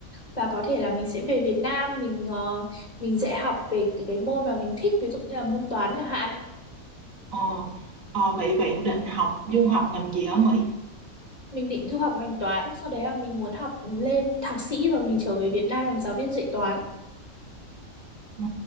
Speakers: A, on the left (about 25°); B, on the right (about 65°).
A: và có thể là mình sẽ về Việt Nam mình ờ, mình dạy học về cái, cái môn mà mình thích ví dụ như là môn toán chẳng hạn.
B: Ờ, ờ, vậy bạn định học du học ngành gì ở Mỹ?
A: Mình định du học ngành toán, sau đấy là mình muốn học lên thạc sĩ và mình trở về Việt Nam làm giáo viên dạy toán.
B: Ừ.